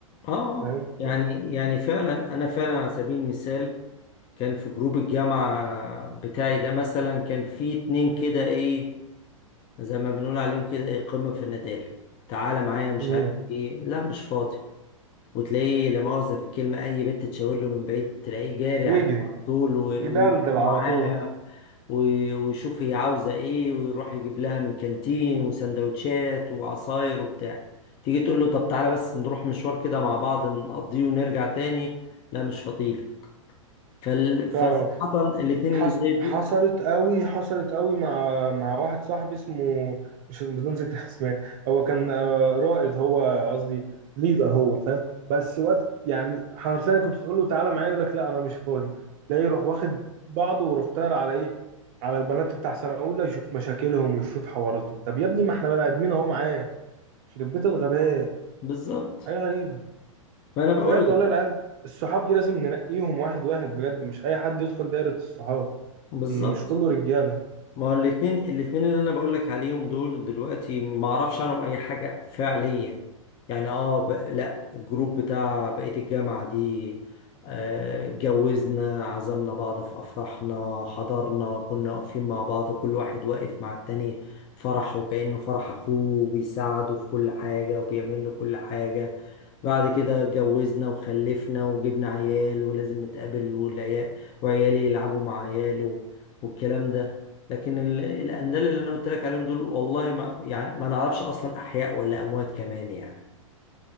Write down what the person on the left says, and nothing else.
اه
يعني
يعني فعلا انا فعلا على سبيل المثال كان في جروب الجامعة بتاعي ده مثلا كان في اتنين كده ايه زي ما بنقول عليهم كده ايه قمة في الندالة تعالى معايا مش
عارف ايه لا مش فاضي وتلاقيه لا مؤاخذة في الكلمة أي بنت تشاور له من بعيد تلاقيه جاري
عليها على طول و- ويروح
معاها
و- ويشوف هي عاوزة إيه ويروح يجيب لها من كانتين وسندوتشات وعصاير وبتاع تيجي تقول له طب تعالى بس نروح مشوار كده مع بعض نقضيه ونرجع تاني لا مش فضيلة فال...
فصراحة الاتنين
اللي زي دول
بالظبط
ما أنا بقول
لك
بالظبط
ما هو الاتنين الاتنين اللي انا بقولك عليهم دول دلوقتي ما اعرفش عنهم اي حاجة فعليا يعني اه ب... لا الجروب بتاع بقية الجامعة دي آه، اتجوزنا عزمنا بعض في افراحنا حضرنا كنا واقفين مع بعض كل واحد واقف مع التاني فرحه كأنه فرح اخوه بيساعده في كل حاجة وبيعمل له كل حاجة بعد كده اتجوزنا وخلفنا وجبنا عيال ولازم نتقابل والعيال وعيالي يلعبوا مع عياله والكلام ده لكن ال- الأندال اللي أنا قلت لك عليهم دول والله ما يعني ما نعرفش أصلا أحياء ولا أموات كمان يعني